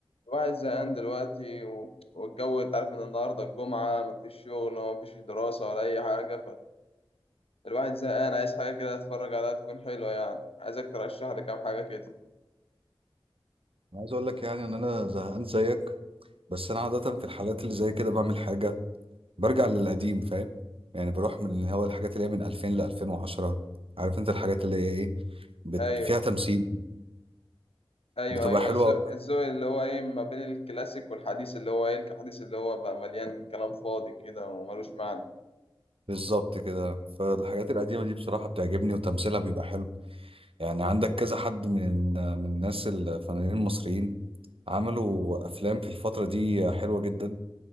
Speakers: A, on the left; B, on the right.
A: الواحد زهقان دلوقتي و- والجو انت عارف ان النهارده الجمعة مفيش شغل ومفيش دراسة ولا أي حاجة فالواحد زهقان عايز حاجة كده أتفرج عليها تكون حلوة يعني عايزك ترشح لي كام حاجة كده
B: انا عايز اقول لك يعني ان انا زهقان زيك بس انا عاده في الحالات اللي زي كده بعمل حاجه برجع للقديم فاهم يعني بروح من اللي هو الحاجات اللي هي من 2000 ل 2010 عارف انت الحاجات اللي هي ايه بت...
A: أيوه
B: فيها تمثيل
A: أيوه
B: بتبقى
A: أيوه
B: حلوه
A: الذوق
B: أوي.
A: الذوق اللي هو إيه ما بين الكلاسيك والحديث اللي هو إيه الحديث اللي هو بقى مليان كلام فاضي كده وملوش معنى
B: بالظبط كده فالحاجات القديمه دي بصراحه بتعجبني وتمثيلها بيبقى حلو يعني عندك كذا حد من من الناس الفنانين المصريين عملوا افلام في الفتره دي حلوه جدا